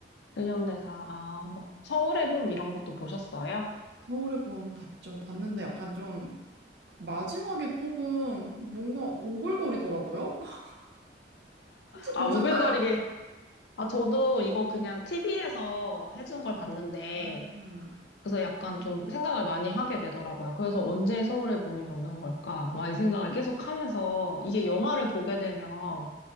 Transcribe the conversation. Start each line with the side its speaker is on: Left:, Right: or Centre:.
Left: 근현대사. 아, 뭐, 서울의 봄 이런 것도 보셨어요?
Right: 서울의 봄 봤죠. 봤는데 약간 좀 마지막에 조금 뭔가 오글거리더라고요. <laughs> 혹시
Left: 아,
Right: 보셨나요?
Left: 오글거리게. 아, 저도 이거 그냥 TV에서 해준 걸 봤는데,
Right: 아,
Left: 그래서 약간 좀 생각을 많이 하게 되더라고요. 그래서 언제 서울의 봄이 오는 걸까? 막 이 생각을 계속 하면서, 이게 영화를 보게 되면